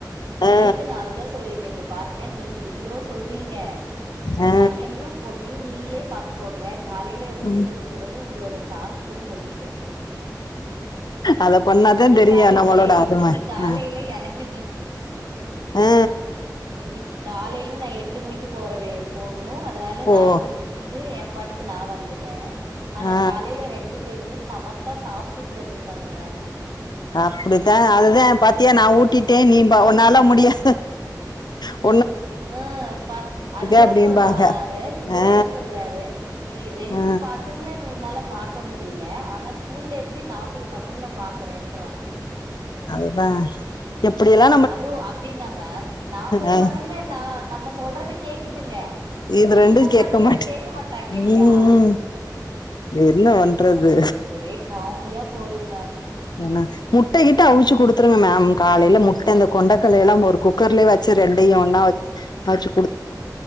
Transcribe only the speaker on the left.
ஆ
ஆ
ம்.
அத பண்ணாதா தெரியு
நம்மளோட
அருமை
ஆ
ஆ
போ
ஆ
அப்டித்தா அதுதா பாத்தியா நா
ஊட்டிட்டே நீ
ப உன்னால முடியா உ
அப்டிம்பாங்க
ஆ
ஆ
அதுதா எப்படியெல்லா
ஆ
இது
ரெண்டு கேக்க
மாட்டே
ம் என்ன பண்றது
ஏன்னா முட்டை கிட்ட அவிச்சு குடுத்துருங்க மேம் காலையில முட்ட இந்த கொண்டைக்கல எல்லா ஒரு குக்கர்லயே வெச்சு ரெண்டையு ஒன்னா அவிச்சு குடு